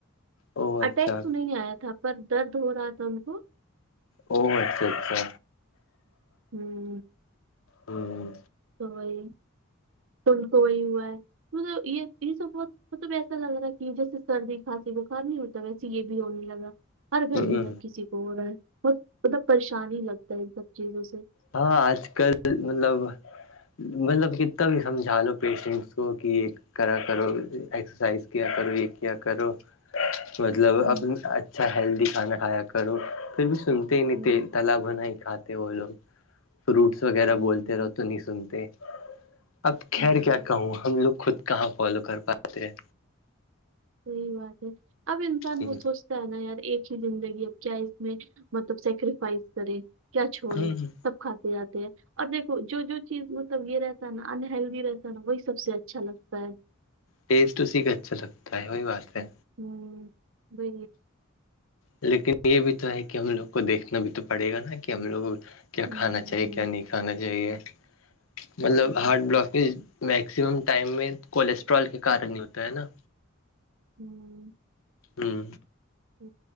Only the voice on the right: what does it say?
اٹیک تو نہیں آیا تھا پر درد ہو رہا تھا ان کو
ہوں
تو وہی فن کو وہی ہوا ہے مب یہ یہ سب بہت مطلب ایسا لگ رہا ہے کہ جیسے سردی کھانسی بخار نہیں ہوتا ویسے یہ بھی ہونے لگا ہر گھر
میں ہر کسی کو ہو رہا ہے بہت مطلب پریشانی ہی لگتا ہے ان سب چیزوں سے
ہوں
ہوں
ہوں
ہوں
صحیح بات ہے اب انسان
وہ سوچ کہنا یار ایک ہی زندگی اب کیا اس میں مطلب سیکریفائس کرے کیا چھوڑے
سب کھاتے جاتے ہیں اور دیکھو جو جو چیز مطلب یہ رہتا ہے نا انہلدی رہ وہی سب سے اچھا لگتا ہے
ہوں بے
ہوں
ہوں
ہوں
ہوں
ہ